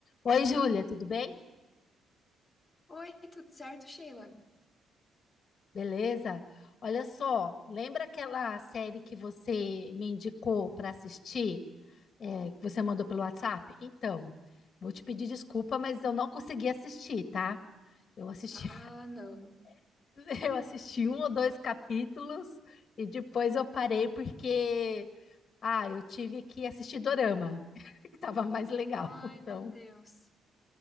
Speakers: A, on the left (about 50°); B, on the left (about 15°).
A: Oi, Júlia, tudo bem?
B: Oi, tudo certo, Sheila?
A: Beleza? Olha só, lembra aquela série que você me indicou para assistir, é, que você mandou pelo WhatsApp? Então, vou te pedir desculpa, mas eu não consegui assistir, tá? Eu assisti,
B: Ah, não.
A: <laughs> eu assisti um ou dois capítulos e depois eu parei porque, ah, eu tive que assistir Dorama, <laughs> que tava mais legal,
B: Ai,
A: então.
B: meu Deus.